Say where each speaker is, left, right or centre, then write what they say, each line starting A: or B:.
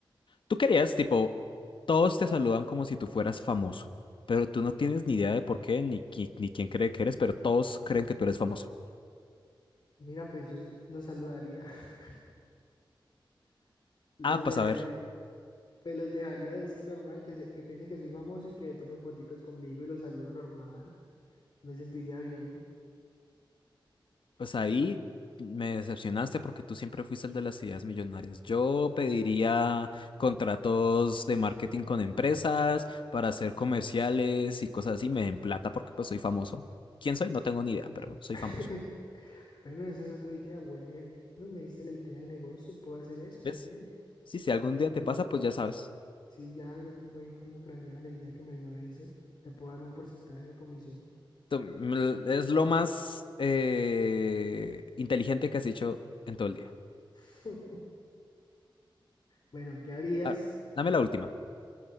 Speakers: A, on the left; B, on the left.
A: tú querías, tipo, todos te saludan como si tú fueras famoso, pero tú no tienes ni idea de por qué, ni, qui- ni quién cree que eres, pero todos creen que tú eres famoso.
B: Mira, pues yo los saludaría. <laughs> Los
A: Ah, pues
B: dejaría.
A: a ver.
B: Pues los dejaría así normal, que, se- que piensen que soy famoso y que tomen foticos conmigo y los saludo normal. Me sentiría bien.
A: Pues ahí me decepcionaste porque tú siempre fuiste el de las ideas millonarias. Yo pediría contratos de marketing con empresas para hacer comerciales y cosas así. Me den plata porque pues soy famoso. ¿Quién soy? No tengo ni idea, pero soy
B: <laughs>
A: famoso.
B: Bueno, esa es otra idea. Bueno, me diste la idea de negocio. Puedo hacer eso
A: ¿Ves?
B: también.
A: Sí, si
B: Claro,
A: algún día
B: bien.
A: te pasa, pues ya sabes.
B: Sí, ya, ya tengo ahí como craneada la idea que me dio Edison. Te puedo dar un porcentaje de comisión.
A: Tú- m- Es lo más eh, inteligente que has hecho en todo el día.
B: <laughs> Bueno, ¿qué harías?
A: A ver, dame la última.